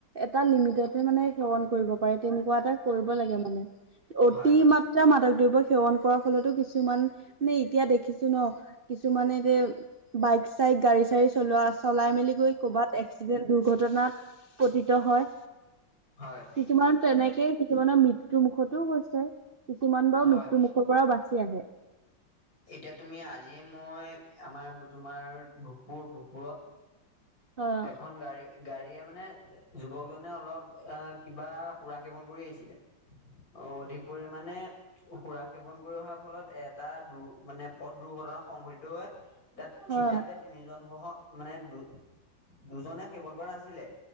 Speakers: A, on the right; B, on the left.
A: এটা লিমিটতহে মানে সেৱন কৰিব পাৰে, তেনেকুৱা এটা কৰিব লাগে মানে, অতি
B: হয় হয়।
A: মাত্ৰ মাদক দ্ৰব্য সেৱন কৰাৰ ফলতো কিছুমান, মানে এতিয়া দেখিছো ন'। কিছুমানে এতিয়া, বাইক চাইক চলোৱা, চলাই মেলি গৈ কৰ'বাত এক্সিডেন্ট দুৰ্ঘটনাত গতিত হয়।
B: হয়
A: কিছুমান তেনেকেই কিছুমানৰ মৃত্যু মুুখতোও হৈছে, কিছুমান বাৰু
B: হয়
A: মৃত্যু মুখৰ পৰাও বাছি আহে।
B: এতিয়া তুমি আজি মই, আমাৰ তোমাৰ ভূকপুৰ, ভূকপুৰত
A: হয় অ,
B: এখন গাড়ী গাড়ীয়ে মানে, যুৱকজনে অলপ অ', কিবা সুৰা সেৱন কৰি আহিছিলে। অ', অধিক পৰিমণে সুৰা সেৱন কৰি অহাৰ ফলত এটা, দু মানে পথ দুৰ্ঘটনা সংঘটিত হয় তাত থিতাতে
A: হয় অ',
B: তিনিজন সহ মানে দু দুজনে সেৱন কৰা নাছিলে